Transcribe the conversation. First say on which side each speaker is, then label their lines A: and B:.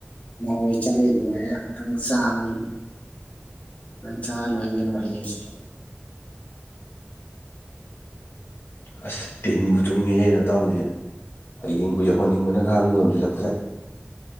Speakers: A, on the left; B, on the left.
A: ꯅꯍꯥꯟꯋꯥꯏ ꯆꯥꯈꯤꯗꯨꯚ ꯑꯩ ꯑꯨꯛꯇꯪ ꯆꯥꯕꯩ ꯂꯣꯏꯅ ꯆꯥꯔ ꯂꯣꯏꯒꯦꯅꯣ ꯍꯌꯦꯡꯁꯦ
B: ꯑꯁ ꯇꯤꯟꯕꯨ ꯆꯨꯝꯉꯦ ꯍꯅ ꯇꯥꯕꯨꯗꯤ ꯍꯌꯤꯡꯕꯨ ꯌꯧꯍꯟꯅꯤꯡꯕꯅ ꯈꯥꯡꯕ ꯉꯝꯁꯤꯜꯂꯛꯇ꯭ꯔꯦ